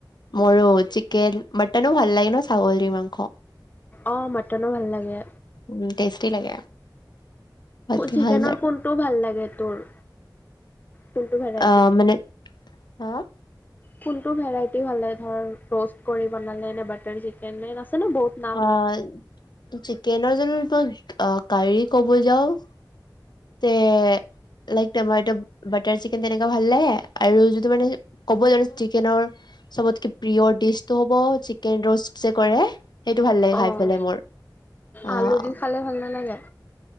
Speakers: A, on the left; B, on the left.
A: মৰু চিকেন মটনো ভাললাগে ন ছাগলি মা‌ং
B: অ', মটনো ভাল লাগে,
A: উম টেষ্টি লাগে সোৱাদটো
B: চিকেনৰ
A: ভাল লাগে।
B: কোনটোও ভাল লাগে তোৰ? কোনটো ভেৰাইটি?
A: অ মানে হা
B: কোনটো ভেৰাইটি ভাল লাগে ধৰ ট'ষ্ট কৰি বনালে নে বাটাৰ চিকেন নে? ন বহুত নাম।
A: অ', চিকেনৰ যিটো অ', কাৰী ক'ব যাওঁ তে লাইক তোমাৰ এইটো বাটাৰ চিকেন যেনেকা ভাল লাগে আৰু যিটো মানে ক'ব জানো চিকেনৰ চবতকে প্ৰিয় দিচটো হ'ব চিকেন ৰ'ষ্ট যে কৰে সেইটো ভাল লাগে
B: অঁ
A: খাই পেলাই মোৰ
B: আলু
A: অ'।
B: দি খালে ভাল নালাগে?